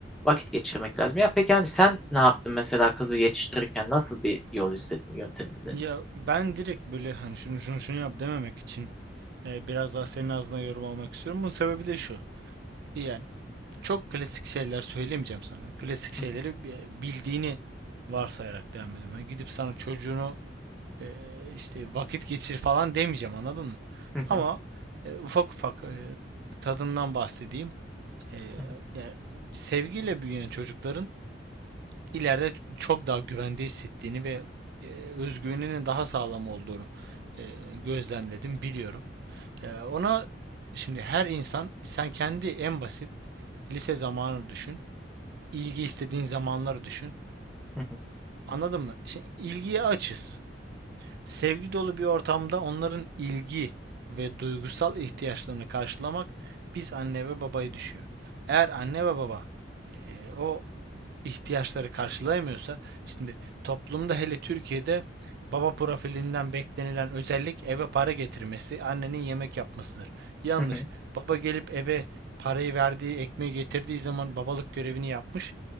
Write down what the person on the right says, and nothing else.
Ya ben direkt böyle hani şunu şunu şunu yap dememek için e, biraz daha senin ağzına yorum almak istiyorum. Bunun sebebi de şu. Yani çok klasik şeyler söylemeyeceğim sana. Klasik şeyleri
bi- bildiğini varsayarak devam ediyorum. Hani gidip sana çocuğunu e, işte vakit geçir falan demeyeceğim anladın mı?
Ama e, ufak ufak e, tadından bahsedeyim. E,
yani sevgiyle büyüyen çocukların ileride çok daha güvende hissettiğini ve e, özgüveninin daha sağlam olduğunu e, gözlemledim, biliyorum. E, ona şimdi her insan sen kendi en basit lise zamanını düşün, ilgi istediğin zamanları düşün.
Anladın mı? Şimdi ilgiye açız. Sevgi dolu bir ortamda onların ilgi ve duygusal ihtiyaçlarını karşılamak biz anne ve babayı düşüyor. Eğer anne ve baba e, o ihtiyaçları karşılayamıyorsa şimdi toplumda hele Türkiye'de baba profilinden beklenilen özellik eve para getirmesi, annenin yemek yapmasıdır. Yanlış.
Baba gelip eve parayı verdiği, ekmeği getirdiği zaman babalık görevini yapmış